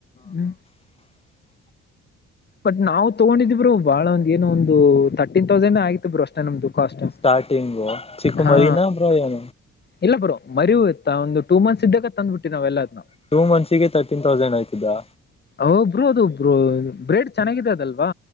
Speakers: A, on the left (about 35°); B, on the left (about 20°).
A: ಹ್ಮ್
B: ಹ <inaudible>
A: ಬಟ್ ನಾವವು ತಗೊಂಡಿದೀವರು ಬಹಳ ಒಂದ ಏನೋ ಒಂದು ತರ್ಟನ್ ತೌಸಂಡ್ ಆಗಿತ್ತು ಬರು ಅಷ್ಟೇ ನಮ್ದು ಕಾಸ್ಟ್
B: ಸ್ಟಾರ್ಟಿಂಗ್ ಚಿಕ್ಕ
A: ಹಾ
B: ಮರಿನಾ ಪ್ರಯಾಣ
A: ಇಲ್ಲ ಬರೋ ಮರಿಯ ಒಂದು ಟ ಮಂತ್ಸ್ ಇದ್ದಾಗ ತಂದ್ಬ ಬಿಟ್ಟಿ ನಾವ ಎಲ್ಲದ್
B: ಟೂ ಮಂತ್ಸಿಗೆ ತರ್ಟೀನ್ ತೌಸಂಡ್ ಆಯ್ತಿದ್ದಾ
A: ಹಬ್ರು ಅದು ಒಬ್ರು ಬ್ರೆಡ್ ಚೆನ್ನಾಗಿದೆ ಅದಲ್ವಾ